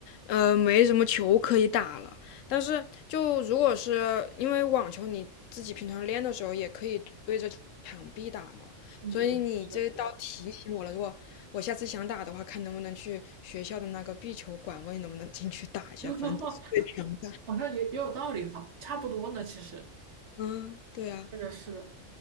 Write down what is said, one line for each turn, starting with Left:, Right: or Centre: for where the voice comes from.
Left: 呃，没什么球可以打了。但是就如果是因为网球，你自己平常练的时候也可以对着墙壁打嘛，
Right: 嗯，
Left: 所以你这倒提醒我了。
Right: 是的，
Left: 如果我下次想打的话，看能不能去学校的那个壁球馆，问你能不能进去打一下，
Right: <laughs>
Left: 反正都是对墙打。
Right: 好像也也有道理哈，差不多呢，其实
Left: 嗯，对啊，
Right: 是的，是的。